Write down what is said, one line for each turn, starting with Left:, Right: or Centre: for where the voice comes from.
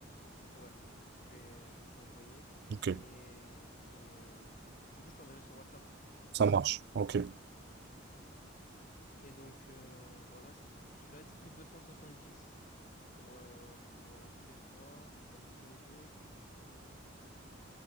Left: ouais, je vais, je vais te l'envoyer.
Right: Ok,
Left: Et, et euh, du coup, je l'enverrai sur WhatsApp. OK?
Right: ça marche. Ok,
Left: Et donc, euh, voilà, ça c'est pour celui-là. Du coup, 270 pour, euh, pour euh, tous les trois, enfin pour tous les deux,